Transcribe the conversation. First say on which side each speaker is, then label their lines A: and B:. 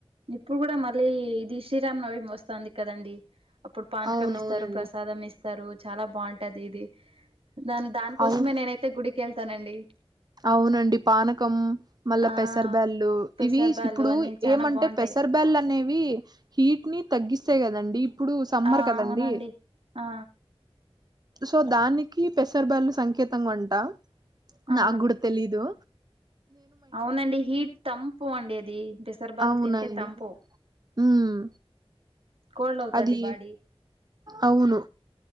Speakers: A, on the right; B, on the right.
A: ఇప్పుడు కూడా మళ్ళీ ఇది శ్రీరామ్ నవి వస్తుంది కదండి అప్పుడు పానకం
B: అవునవునండి
A: ఇస్తారు ప్రసాదం ఇస్తారు చాలా బాగుంట దీదది నా దానికోసమే
B: అవు
A: నేనైతే గుడికి క వెళ్తానండి
B: అవునండి పానకం మళ్ళా
A: ఆ
B: పెసర బ్యాల్ళు
A: పెసర్
B: ఇవి
A: బ్యాళ్ళు
B: ఇప్పుడు
A: అన్ని చానా
B: ఏమంటే
A: బాగుంటాయి
B: పెసర్ బ్యాల్ అనేవి హీట్ ని తగ్గిస్తాయి కదండి ఇప్పుడు సమ్మర్
A: ఆ
B: కదండి
A: అవునండి ఆ
B: సో దానికి పెసర బ్యాళ్లు సంకేతంగా ఉంటా
A: ఆ
B: నా గుడ తెలిదు
A: అవునండి హీట్ తంపు అండి అది పెసర బ్యాళ్ళు
B: అవునండి
A: తింటే తంపు
B: ఉమ్
A: కోల్డ్ అవుతాది
B: అది
A: బాడీ
B: అవును